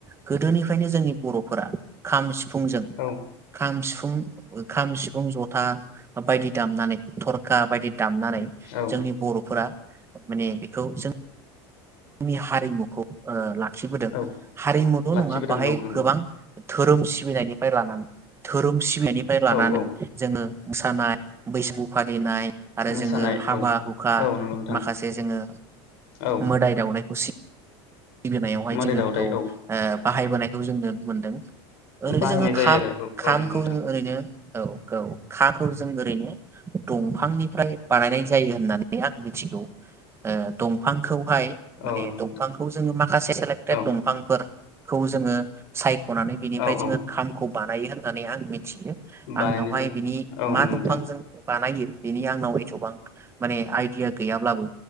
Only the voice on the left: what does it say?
औ
औ
औ
लाखिबोदों
औ नंगौ
औ औ
मोसानाय
औ
औ नंगौ नोंथां
औ
मोदाय
दावदाय
औ
बाहायनाय
जायो
आरो औ
औ नंगौ नोंथां
औ नंगौ
नोंथां
औ
औ
औ
बानायनाय
जायो
औ
नंगौ
नोंथां